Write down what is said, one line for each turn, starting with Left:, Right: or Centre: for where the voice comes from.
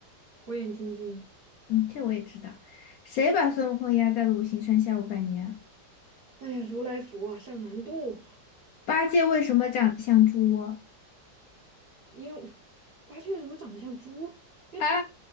Right: 火眼金睛。
Left: 嗯，这我也知道。谁把孙悟空压在了五行山下五百年？
Right: 哎呀，如来佛啊上难度。
Left: 八戒为什么长得像猪窝？
Right: 因为八戒怎么长得像猪？因为他
Left: 啊，